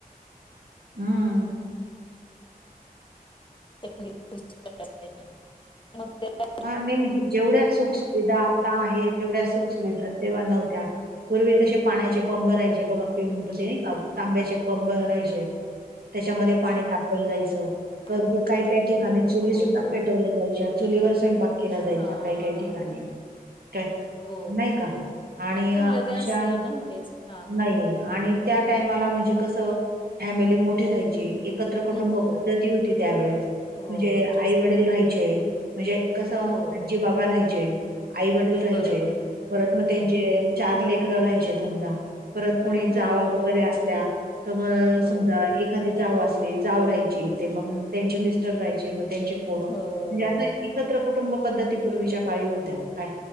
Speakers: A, on the right; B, on the left.
A: हम्म
B: <unintelligible> ब <unintelligible> नमस् स <unintelligible>
A: हा नाही म्हणजे जेवढ्या सुख सुुविधा आता आहे तेवढ्या सुख सुुविधा तेव्हा नव्हत्या. पूर्वी कसे पाण्याचे बंब राहायचे बघा पिंप ते तांब्याचे बंब राहायचे त्याच्यामध्ये पाणी ताप जायच
B: मग
A: की काय काय ठिकाणी चुली
B: हो.
A: सुद्धा पेटवलं जायच्या चुलीवर पाक केला जायचा
B: हां.
A: काही काही ठिकाणी तर
B: हो.
A: नाही का आणि
B: पहिलं
A: अशा
B: गॅस हे नव्हतेच. हां.
A: नाही. आणि त्या टाईमाला म्हणजे कसं फॅमिली मोठी राहायची. एकत्र कुटुंब
B: नाही. हो,
A: पद्धती होती त्यावेेळेस
B: हो.
A: म्हणजे
B: जास्त
A: आई वडील
B: तर.
A: राहायचे म्हणजे कसं
B: हो,
A: आजी
B: हो.
A: बाबा राहायचे आई वडील राहायचे
B: बरोबर आहे.
A: परत
B: हं.
A: मग त्यांचे चार लेकरं राहायचे समजा परत कोणी जावा
B: बरोबर
A: वगैरे
B: आहे की.
A: असल्या तर मग
B: हो,
A: समजा एखादी जाऊ असले जाव राहायची ते मग त्यांची म रहायचे मग त्यांचे पोरं म्हणजे
B: हो.
A: असं एकत्र कुटुंब पद्धतीपूर्वीच्या काळी होत्या का....